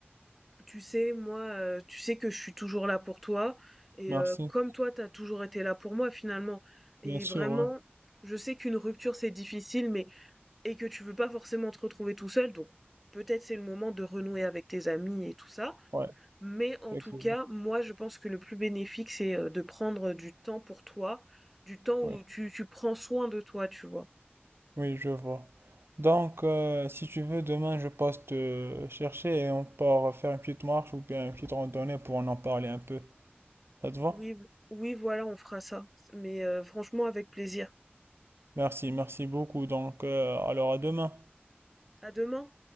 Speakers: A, in the centre; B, on the right.
A: tu sais, moi, euh, tu sais que je suis toujours là pour toi. Et
B: Merci.
A: euh, comme toi, t'as toujours été là pour moi finalement. Et
B: Bien sûr,
A: vraiment,
B: ouais.
A: je sais qu'une rupture c'est difficile, mais et que tu veux pas forcément te retrouver tout seul, donc peut-être c'est le moment de renouer avec tes amis et tout ça.
B: Ouais,
A: Mais en
B: effectivement.
A: tout cas, moi, je pense que le plus bénéfique, c'est euh, de prendre du temps pour toi, du temps où
B: Oui,
A: tu, tu prends soin de toi, tu vois.
B: oui, je vois. Donc, euh, si tu veux, demain, je passe te chercher et on part faire une petite marche ou bien une petite randonnée pour en en parler un peu. Ça te va?
A: Oui, oui, voilà, on fera ça. Mais euh, franchement, avec plaisir.
B: Merci, merci beaucoup. Donc, euh, alors à demain.
A: À demain.